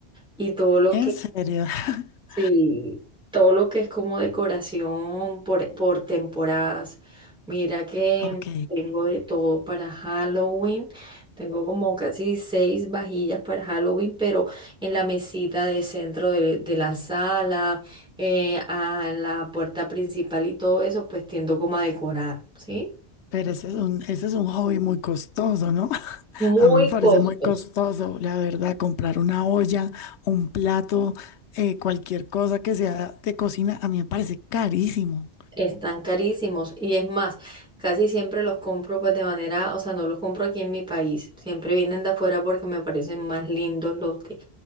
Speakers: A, in the centre; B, on the left.
A: y todo lo
B: ¿En serio? <laughs>
A: Sí, todo lo que es como decoración por, por temporadas. Mira que
B: Ok.
A: tengo de todo para Halloween. Tengo como casi seis vajillas para Halloween, pero en la mesita de centro de, de la sala, eh, a la puerta principal y todo eso, pues tiendo como a decorar, ¿sí?
B: Pero ese es un, ese es un hobby muy costoso, ¿no? <laughs>
A: Muy
B: A mí me parece
A: costoso.
B: muy costoso, la verdad, comprar una olla, un plato, eh, cualquier cosa que sea de cocina, a mí me parece carísimo.
A: Están carísimos y es más, casi siempre los compro pues de manera, o sea, no los compro aquí en mi país, siempre vienen de afuera porque me parecen más lindos los de,